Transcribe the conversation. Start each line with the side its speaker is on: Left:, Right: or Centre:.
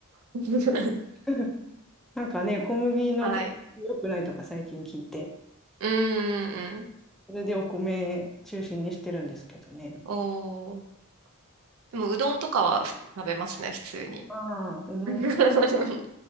Right: <laughs>
Centre: <laughs> なんかね、小麦のと良くないとか最近聞いて、
Right: はい。うーん。
Centre: それでお米中心にしてるんですけどね。
Right: おー。でも、うどんとかは食べますね、普通に。
Centre: ああ、うどん
Right: <laughs>